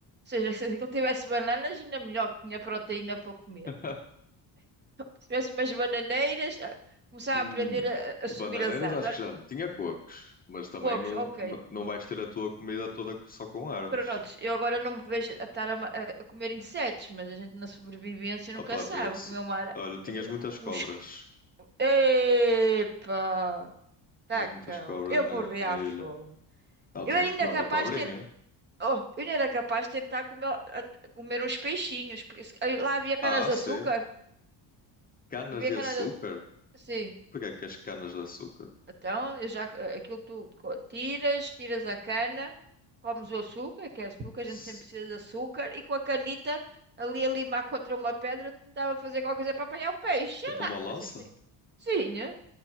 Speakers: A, on the right (about 25°); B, on the left (about 20°).
A: seja, <laughs> se aquilo tivesse bananas, ainda melhor que tinha proteína para comer.
B: <laughs>
A: Se tivesse umas bananeiras, ah, começava
B: Hum,
A: a aprender a, a
B: Bananeiras
A: subir as árvores.
B: acho que já não. Tinha cocos, mas também
A: Poucos,
B: não,
A: ok.
B: não, não vais ter a tua comida toda só com árvores.
A: Prontos, eu agora não me vejo a estar a, ma- a- a comer insetos, mas a gente na sobrevivência nunca
B: Opá,
A: sabe.
B: tinha que
A: Vou
B: se...
A: Comer uma ara...
B: Olha, tinhas
A: um,
B: muitas
A: um,
B: cobras.
A: um esqui- Epa! Taca!
B: Tinhas muitas cobras
A: lá. Eu
B: na,
A: morri
B: na
A: à
B: ilha.
A: fome.
B: Ah,
A: Eu
B: tinhas
A: era ainda
B: que comer
A: capaz
B: uma cobrinha.
A: de tentar. Oh, eu ainda era capaz de tentar comer, a- comer uns peixinhos, porque se- aí lá havia canas
B: Ah,
A: de
B: sim.
A: açúcar.
B: Canas
A: Havia
B: de açúcar?
A: canas de... Sim.
B: Porquê é que as canas de açúcar?
A: Então, eu já, eh, aquilo tu co- tiras, tiras a cana, comes o açúcar, que é açúcar, a
B: Se-
A: gente sempre precisa de açúcar, e com a canita ali a limar contra uma pedra, tentava fazer qualquer coisa para apanhar o peixe, sei
B: Tipo
A: lá.
B: uma lança?
A: A gente tem... Sim, né?